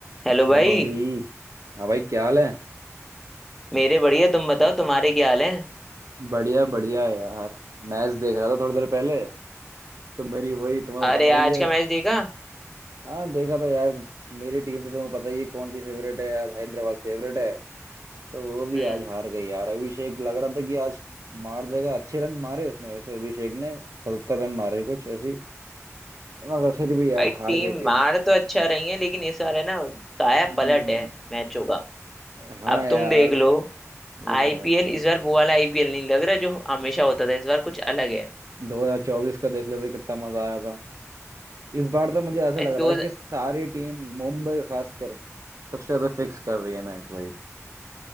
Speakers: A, in the centre; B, on the right.
A: Hello
B: हाँ
A: भाई
B: भाई हाँ भाई क्या हाल है
A: मेरे बढ़िया तुम बताओ तुम्हारे क्या हाल है
B: बढ़िया बढ़िया है यार मैच देख रहा था थोड़ी देर पहले तो मेरी वही तुम्हें
A: अरे
B: तो पता ही
A: आज
B: है
A: का मैच देखा
B: हाँ देखा था यार मेरी टीम तो तुम्हें पता ही है कौन सी फेवरेट है यार हैदराबाद फेवरेट है तो वो भी
A: हम्म
B: आज हार गई यार अभिषेक लग रहा था कि आज मार देगा अच्छे रन मारे उसने वैसे अभिषेक ने सत्तर रन मारे कुछ ऐसी मगर फिर भी यार
A: भाई टीम
B: हार गई टीम
A: मार तो अच्छा रही है लेकिन इस बार है ना काया
B: हम्म
A: पलट है मैचों का
B: हाँ
A: अब
B: यार
A: तुम देख लो
B: ये तो
A: आईपीएल
B: है
A: इस बार वो वाला आईपीएल नहीं लग रहा जो हमेशा होता था इस बार कुछ अलग है
B: 2024 का देख लेते कितना मजा आया था इस बार तो मुझे ऐसा
A: अरे
B: लग रहा
A: दो
B: था कि सारी टीम मुंबई खासकर सबसे ज्यादा फिक्स कर रही है मैच भाई